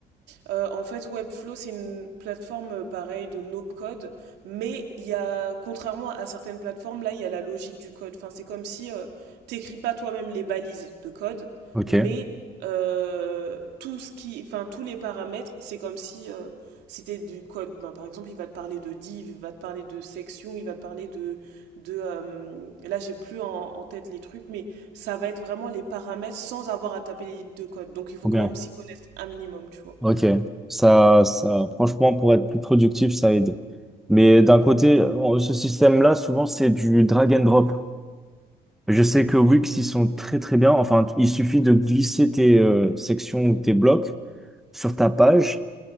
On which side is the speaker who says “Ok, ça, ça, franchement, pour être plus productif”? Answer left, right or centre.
Centre